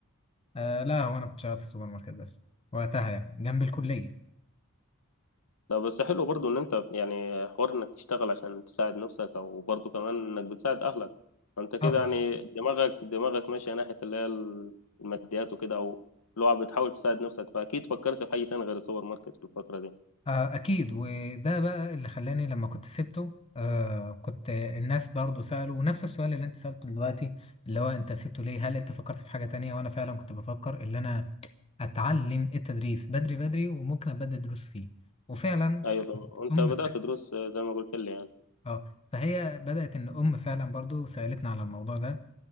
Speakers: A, on the left; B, on the left.
A: آه، لا هو انا كنت شغال في سوبر ماركت بس وقتها يعني جنب الكليه
B: ده بس حلو برضو ان انت يعني حوار انك تشتغل عشان تساعد نفسك او برضو كمان انك بتساعد اهلك فانت كده
A: اه طبعا
B: يعني دماغك دماغك ماشية ناحية اللي هي الماديات وكده او اللي هو بتحاول تساعد نفسك فاكيد فكرت في حاجة تانية غير السوبر ماركت في الفترة دي
A: آه، أكيد وده بقى اللي خلاني لما كنت سبته آه كنت الناس برضو سألوا نفس السؤال اللي أنت سألته دلوقتي اللي هو أنت سبته ليه؟ هل أنت فكرت في حاجة تانية؟ وأنا فعلا كنت بفكر اللي أنا أتعلم التدريس بدري بدري وممكن أبدأ دروس فيه وفعلا
B: ايوه طبعا وانت
A: أم
B: بدأت دروس آه، زي ما قلت لي يعني
A: آه فهي بدأت إن أم فعلا برضو سألتنا على الموضوع ده